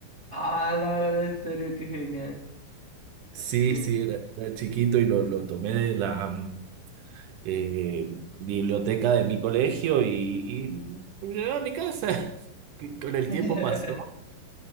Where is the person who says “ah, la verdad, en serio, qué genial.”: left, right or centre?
Right